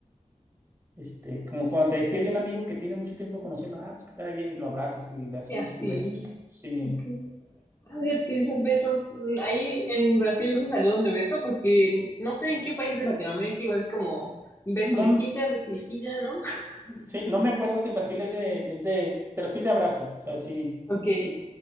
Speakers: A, on the right; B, on the left.
A: Este, como cuando te despides de un amigo que tiene mucho tiempo de conocerlo, ah, pues que te vaya bien y lo abrazas y le das
B: Y
A: un,
B: así.
A: sus besos. Sí.
B: Ok. Ah, ya pues, que dices besos, mm, ahí en Brasil no se saludan de beso porque no sé en qué país de Latinoamérica igual es como beso
A: No,
B: mejilla,
A: m-
B: beso mejilla, ¿no? <laughs>
A: sí, no me acuerdo si en Brasil es de, es de, pero sí es de abrazo. O sea, sí,
B: Ok,
A: sí,